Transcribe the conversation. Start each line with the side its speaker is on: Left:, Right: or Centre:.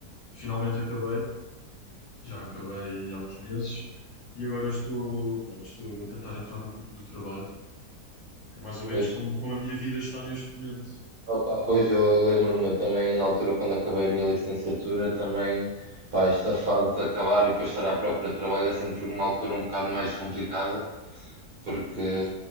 Left: finalmente acabei, já acabei
Right: Uhum.
Left: há uns meses e agora estou, pronto, estou a tentar entrar no mundo do trabalho. É mais ou menos
Right: Pois,
Left: como, como a minha vida está neste momento.
Right: opá, pois eu lembro-me também na altura quando acabei a minha licenciatura, também, pá, esta fase de acabar e depois estar à procura de trabalho é sempre uma altura um bocado mais complicada, porque.
Left: Pois.